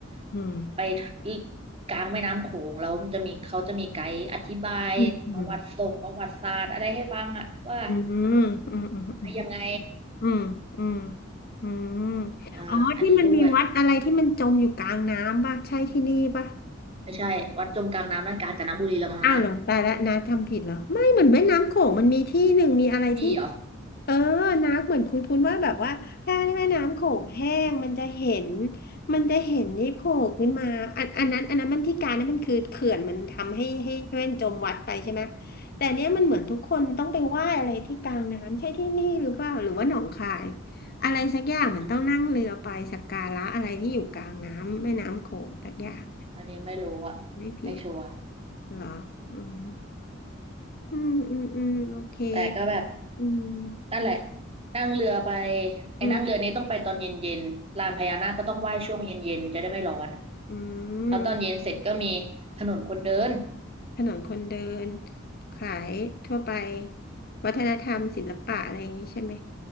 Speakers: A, on the right (about 30°); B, on the left (about 50°).
A: ไป
B: อืม
A: กลางแม่น้ำโขงแล้วมันจะมีเขาจะมีไกด์อธิบายประวัติทรงประวัติศาสตร์อะไรให้ฟังอะว่า
B: อืมอืมอืมอืมอืม
A: ยังไง
B: อืมอืมอืม
A: อ่าอันนี้ด้วย
B: อ๋อที่มันมีวัดอะไรที่มันจมอยู่กลางน้ำป่ะใช่ที่นี่ป่ะ
A: ไม่ใช่ วัดจมกลางน้ำนั่นกาญจนบุรีละมั้งนะ
B: อ้าวเหรอแตายแล้วนาทำผิดเหรอไม่เหมือนแม่น้ำโขงมันมีที่หนึ่งมีอะไรที่
A: มีเหรอ
B: เออนาเหมือนคุ้นๆว่าแบบว่าถ้าแม่น้ำโขงแห้งมันจะเห็นมันจะเห็นนี่โผล่ขึ้นมาอันอันนั้นอันนั้นมันที่การนั้นมันคือเขื่อนมันทำให้ให้ให้แม่นจมวัดไปใช่ไหมแต่เนี้ยมันเหมือนทุกคนต้องไปไหว้อะไรที่กลางน้ำใช่ที่นี่หรือเปล่าหรือว่าหนองคายอะไรสักอย่างเหมือนต้องนั่งเรือไปสักการะอะไรที่อยู่กลางน้ำแม่น้ำโขงสักอย่าง
A: อันนี้อันนี้ไม่รู้อ่ะไม่ชัวร์
B: ไม่ผิดเหรออืม อืมอืมอืมโอเค
A: แต่ก็แบบ
B: อืม
A: นั่นแหละนั่งเรือไปไอ้นั่งเรือนี้ต้องไปตอนเย็นๆลานพญานาคก็ต้องไหว้ช่วงเย็นๆจะได้ไม่ร้อน
B: อืมอื
A: แล้วตอนเย็นเสร็จก็มีถนนคนเดิน
B: มถนนคนเดิน ขายทั่วไป วัฒนธรรมศิลปะอะไรอย่างนี้ใช่ไหม